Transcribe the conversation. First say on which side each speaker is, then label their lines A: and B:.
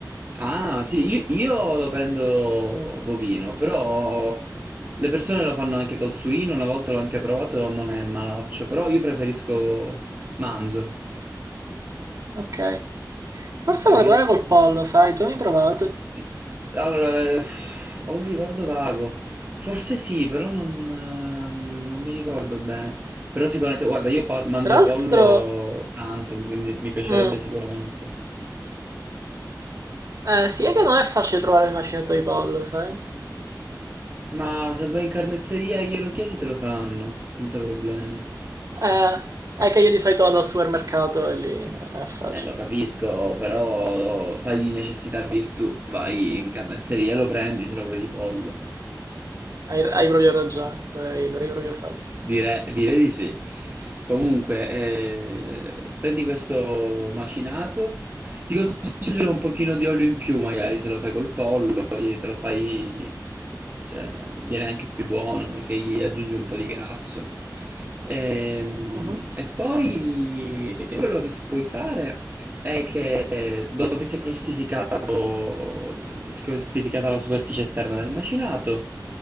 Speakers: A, on the right (about 25°); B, on the right (about 50°).
A: Ah, sì, io, io lo prendo bovino, però le persone lo fanno anche col suino, una volta l'ho anche provato, non è malaccio, però io preferisco manzo,
B: Okay. Forse
A: ok?
B: vorrei provare col pollo, sai, tu mi hai mai provato?
A: Sì, allora, eh, ho un ricordo vago, forse sì, però non, ehm, non mi ricordo bene, però sicuramente, guarda, io pa- mangio
B: Tra l'altro
A: pollo tanto, quindi mi piacerebbe
B: mh,
A: sicuramente.
B: eh sì, è che non è facile trovare il macinato di pollo, sai?
A: Ma se vai in carnezzeria e glielo chiedi te lo fanno, senza problemi.
B: Eh, è che io di solito vado
A: Sì.
B: al supermercato e lì non è facile.
A: Eh, lo capisco, però fai di necessità virtù. Vai in carnezzeria, lo prendi se lo vuoi di pollo.
B: Hai, hai proprio ragione, dovrei, dovrei proprio farlo.
A: Dire- direi di sì. Comunque, eh, prendi questo macinato. Ti consiglio di aggiungere un pochino di olio in più, magari se lo fai col pollo, così te lo fai, cioè, viene anche più buono, che gli aggiungi un po' di grasso. Ehm,
B: Mhm.
A: E, poi quello che puoi fare è che dopo che si è crostificato, si è crostificata la superficie esterna del macinato,